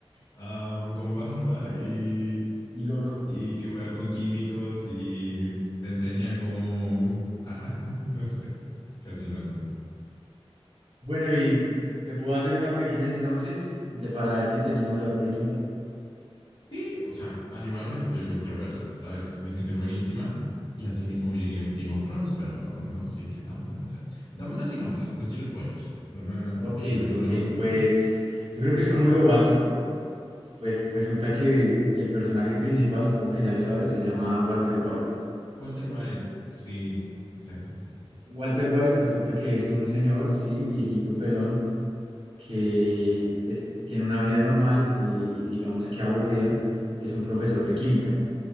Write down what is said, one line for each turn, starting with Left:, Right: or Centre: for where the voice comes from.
Left: um, con barba y
Right: Y loco.
Left: y que juega con químicos y te enseña cómo, <laughs> ajá, no sé, casi no sé.
Right: Bueno, y te puedo hacer una pequeña sinopsis de, para ver si te animas a ver Breaking Bad.
Left: Sí, o sea, animarme, yo, yo quiero verla, ¿sabes? Dicen que es buenísima y así mismo vi Game, Game of Thrones, pero no sé qué tan buena sea. Dame una sinopsis, no quiero spoilers. Una,
Right: Ok,
Left: una sinopsis.
Right: ok, pues yo creo que es como lo básico. Pues resulta que el personaje principal, supongo que ya lo sabes, se llama Walter White.
Left: Walter White, sí, exacto.
Right: Walter White
Left: Te-
Right: resulta que es un señor, sí, viejito pelón, que es- tiene una vida normal y digamos que aburrida. Es un profesor de química.